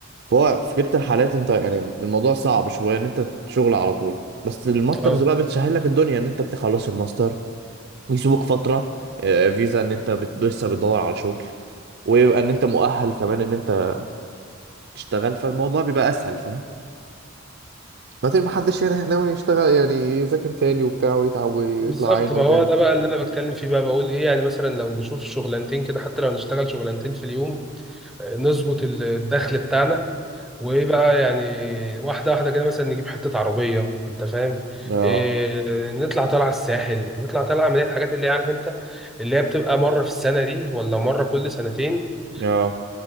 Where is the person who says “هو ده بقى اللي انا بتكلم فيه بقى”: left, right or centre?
Centre